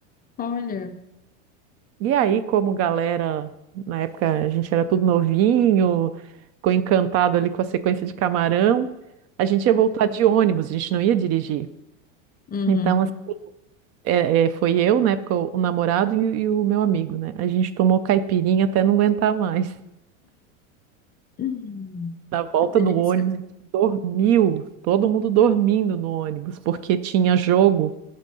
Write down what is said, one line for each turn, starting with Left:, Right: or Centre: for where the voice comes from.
Left: Olha.
Right: E aí, como galera, na época a gente era tudo novinho, ficou encantado ali com a sequência de Camarão, a gente ia voltar de ônibus, a gente não ia dirigir.
Left: Uhum.
Right: Então, assim, é, é, foi eu, na época, o, o namorado e, e o meu amigo, né? A gente tomou caipirinha até não aguentar mais. <laughs>
Left: Hum,
Right: Na volta
Left: Que delícia.
Right: no ônibus, a gente dormiu, todo mundo dormindo no ônibus, porque tinha jogo.